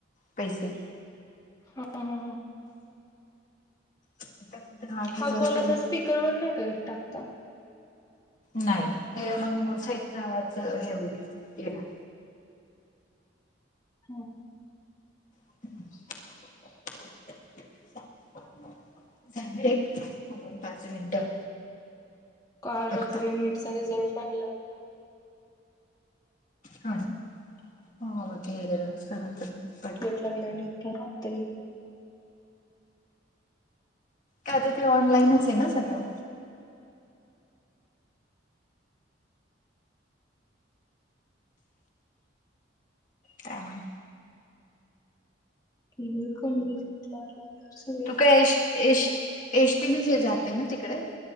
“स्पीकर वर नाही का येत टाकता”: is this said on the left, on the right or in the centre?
Left